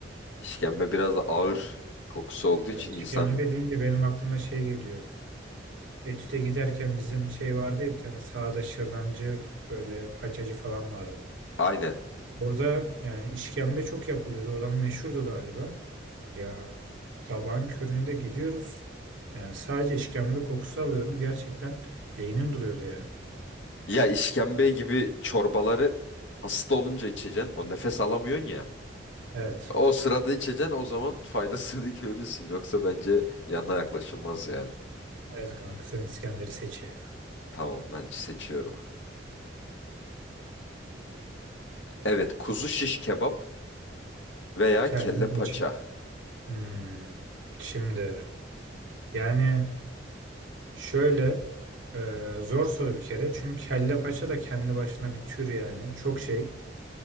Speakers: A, on the left; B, on the right.
A: İşkembe biraz da ağır kokusu olduğu
B: Yani
A: için
B: işkembe
A: insan
B: deyince benim aklıma şey geliyor. Etüt'e giderken bizim şey vardı ya bir tane sağda şırdancı böyle paçacı falan vardı.
A: aynı.
B: Orada yani işkembe çok yapılıyordu. Oranın meşhurdu galiba. Ya sabahın köründe gidiyoruz. Yani sadece işkembe kokusu alıyorum. Gerçekten beynim duruyordu ya.
A: Ya işkembe gibi çorbaları hasta olunca içeceksin. O nefes alamıyorsun ya.
B: Evet.
A: O sırada içeceksin o zaman faydasını <laughs> görürsün. Yoksa bence yanına yaklaşılmaz yani.
B: Evet kanka sen İskender'i seç ya.
A: Tamam ben seçiyorum. Evet kuzu şiş kebap veya
B: Keldim
A: kelle paça.
B: kaça. Hmm. Şimdi yani Şöyle e, zor soru bir kere. Çünkü kelle paça da kendi başına bir tür yani. Çok şey